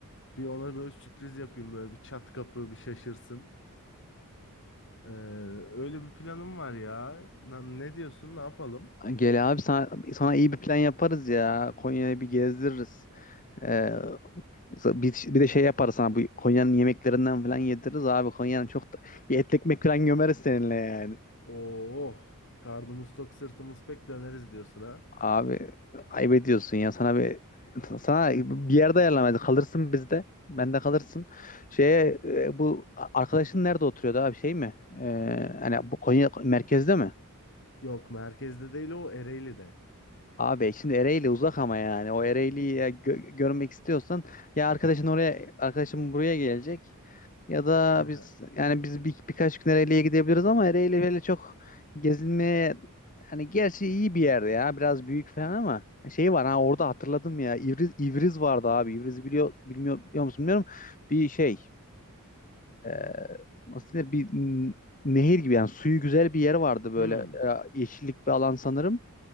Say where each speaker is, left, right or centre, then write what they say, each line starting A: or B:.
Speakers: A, on the left (about 55°); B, on the left (about 35°).
A: bir ona böyle sürpriz yapayım böyle bir çat kapı bir şaşırsın. Ee, öyle bir planım var ya. Na- Ne diyorsun? Ne yapalım?
B: Gel abi sana, sana iyi bir plan yaparız ya. Konya'yı bir gezdiririz. E, Bir, bir de şey yaparız sana bu Konya'nın yemeklerinden falan yediririz abi. Konya'nın çok da, bir et ekmek falan gömeriz seninle yani.
A: Oo, karnımız tok, sırtımız pek döneriz diyorsun ha.
B: Abi ayıp ediyorsun ya sana bir sana bir yerde ayarlamayız. Kalırsın bizde. Bende kalırsın. Şeye e, bu arkadaşın nerede oturuyordu abi şey mi? E, hani bu Konya merkezde mi?
A: Yok merkezde değil o Ereğli'de.
B: Abi şimdi Ereğli uzak ama yani o Ereğli'yi ya gö- görmek istiyorsan ya arkadaşın oraya arkadaşım buraya gelecek Ya da
A: <laughs> Hı
B: biz yani biz bir, birkaç gün Ereğli'ye gidebiliriz ama Ereğli böyle çok gezilmeye hani gerçi iyi bir yer ya biraz büyük falan ama şey var ha orada hatırladım ya İvriz, İvriz vardı abi İvriz'i biliyor bilmiyor, biliyor musun bilmiyorum bir şey e, nasıl denir bir n- nehir gibi yani suyu güzel bir yer vardı böyle
A: Hmm.
B: e, yeşillik bir alan sanırım.